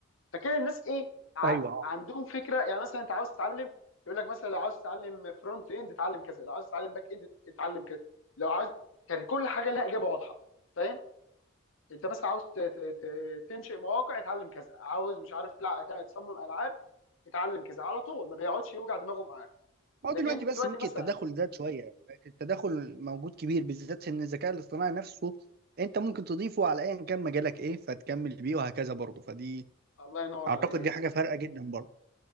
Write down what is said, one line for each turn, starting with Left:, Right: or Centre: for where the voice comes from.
Left: فكان الناس ايه ع...
Right: ايوه اه
Left: عندهم فكره يعني مثلا انت عاوز تتعلم يقول لك مثلا لو عاوز تتعلم فرونت اند اتعلم كذا لو عاوز تتعلم باك اند اتعلم كذا لو عاوز كان كل حاجه لها اجابه واضحه فاهم انت مثلا عاوز ت... ت... ت... تنشئ مواقع اتعلم كذا عاوز مش عارف تلع... تصمم العاب اتعلم كذا على طول ما بيقعدش يوجع دماغه معاك
Right: هو
Left: لكن
Right: دلوقتي
Left: انت
Right: بس
Left: دلوقتي
Right: ممكن
Left: مثلا
Right: التداخل زاد شويه يعني بقت التداخل موجود كبير بالذات ان الذكاء الاصطناعي نفسه انت ممكن تضيفه على ايا كان مجالك ايه فتكمل بيه وهكذا برضه فدي
Left: الله ينور
Right: اعتقد
Left: عليك
Right: دي حاجه فارقه جدا برضه